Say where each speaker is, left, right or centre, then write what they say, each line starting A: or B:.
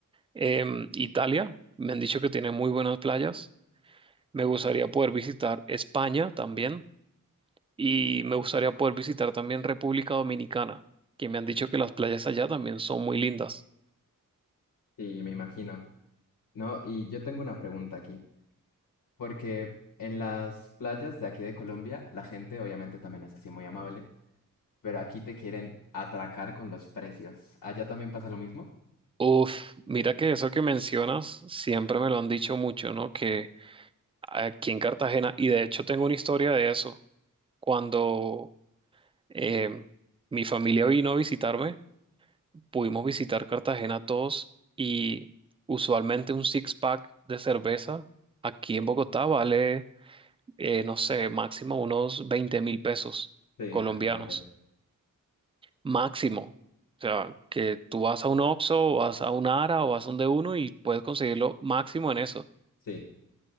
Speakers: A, on the right (about 15°); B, on the left (about 85°).
A: em, Italia, me han dicho que tiene muy buenas playas, me gustaría poder visitar España también y me gustaría poder visitar también República Dominicana, que me han dicho que las playas allá también son muy lindas.
B: Sí, me imagino. No, y yo tengo una pregunta aquí. Porque en las playas de aquí de Colombia, la gente obviamente también es así muy amable, pero aquí te quieren atracar con los precios. ¿Allá también pasa lo mismo?
A: Uf, mira que eso que mencionas siempre me lo han dicho mucho, ¿no? Que aquí en Cartagena y de hecho tengo una historia de eso. Cuando eh, mi familia vino a visitarme, pudimos visitar Cartagena todos y usualmente un six-pack de cerveza aquí en Bogotá vale, eh, no sé, máximo unos veinte mil pesos
B: Sí,
A: colombianos.
B: aquí también.
A: Máximo. O sea, que tú vas a un Oxxo, o vas a un Ara o vas a un de uno y puedes conseguirlo máximo en eso.
B: Sí.